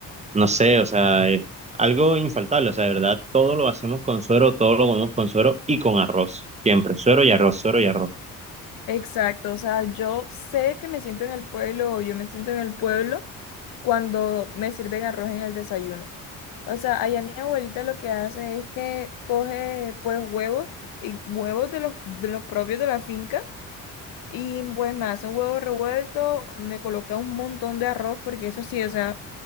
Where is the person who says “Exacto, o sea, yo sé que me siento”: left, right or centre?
Left